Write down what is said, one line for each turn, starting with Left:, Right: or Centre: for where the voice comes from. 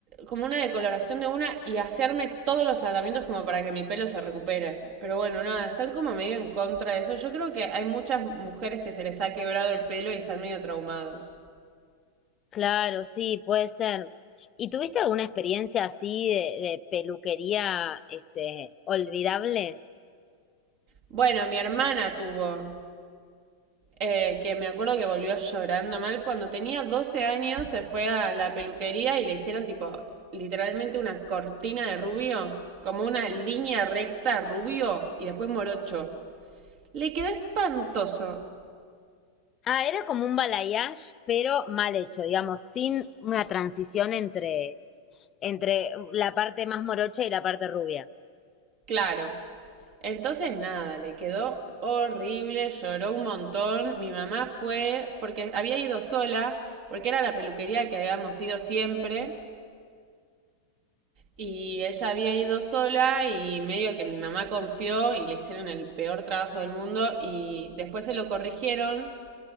Right: como una decoloración de una y hacerme todos los tratamientos como para que mi pelo se recupere. Pero bueno, nada, están como medio en contra de eso. Yo creo que hay muchas mujeres que se les ha quebrado el pelo y están medio traumados.
Left: Claro, sí, puede ser. ¿Y tuviste alguna experiencia así de, de peluquería, este, olvidable?
Right: Bueno, mi hermana tuvo. Eh, que me acuerdo que volvió llorando mal. Cuando tenía 12 años se fue a la peluquería y le hicieron tipo literalmente una cortina de rubio, como una línea recta rubio y después morocho. Le quedó espantoso,
Left: Ah, era como un balayage, pero mal hecho, digamos, sin una transición entre, entre la parte más morocha y la parte rubia.
Right: claro. Entonces nada, le quedó horrible, lloró un montón. Mi mamá fue porque había ido sola, porque era la peluquería que habíamos ido siempre. Y ella había ido sola y medio que mi mamá confió y le hicieron el peor trabajo del mundo y después se lo corrigieron